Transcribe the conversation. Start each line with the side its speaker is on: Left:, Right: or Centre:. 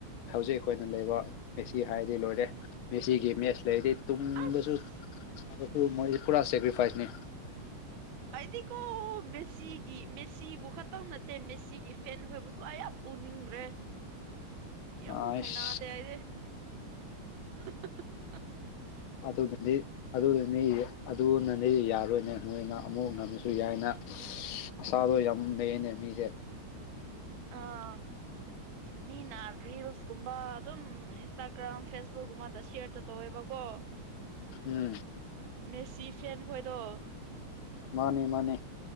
Left: ꯍꯧꯖꯤꯛ ꯑꯩꯈꯣꯏꯅ ꯂꯩꯕ ꯃꯦꯁꯤ ꯍꯥꯏꯔꯗꯤ ꯂꯣꯏꯔꯦ ꯃꯦꯁꯤꯒꯤ ꯃꯦꯠꯁ ꯂꯩꯔꯗꯤ ꯇꯨꯡꯕꯁꯨ
Right: ꯑꯁ
Left: ꯆꯥꯕꯁꯨ ꯃꯣꯏꯁꯤ ꯄꯨꯔꯥ ꯁꯦꯀ꯭ꯔꯤꯐꯥꯏꯁꯅꯤ
Right: ꯑꯩꯗꯤꯀꯣ ꯃꯦꯁꯤꯒꯤ ꯃꯦꯁꯤꯕꯨ ꯈꯛꯇꯪ ꯅꯠꯇꯦ ꯃꯦꯁꯤꯒꯤ ꯐꯦꯟ ꯍꯣꯏꯕꯕꯨꯁꯨ ꯑꯌꯥꯝꯕ ꯎꯅꯤꯡꯗ꯭ꯔꯦ ꯌꯥꯝ
Left: ꯑꯁ
Right: ꯍꯅꯗꯦ ꯑꯩꯗꯤ <unintelligible>
Left: ꯑꯗꯨꯕꯨꯗꯤ ꯑꯗꯨꯅꯅꯤ ꯑꯗꯨꯅꯅꯤ ꯌꯥꯔꯣꯏꯅꯦ ꯃꯣꯏꯅ ꯑꯃꯨꯛ ꯅꯃꯁꯨ ꯌꯥꯏꯅ ꯑꯁꯥꯗꯣ ꯌꯥꯝ ꯂꯩꯌꯦꯅꯦ ꯃꯤꯗꯤ
Right: ꯑꯥ ꯃꯤꯅ ꯔꯤꯜꯁꯀꯨꯝꯕ ꯑꯗꯨꯝ ꯏꯟꯁꯇꯥꯒ꯭ꯔꯥꯝ ꯐꯦꯁꯕꯨꯛꯀꯨꯝꯕꯗ ꯁꯦꯌꯔꯗ ꯇꯧꯋꯦꯕꯀꯣ <inaudible>
Left: ꯎꯝ
Right: ꯃꯦꯁꯤ ꯐꯦꯟ ꯈꯣꯏꯗꯣ
Left: ꯃꯥꯅꯦ ꯃꯥꯅꯦ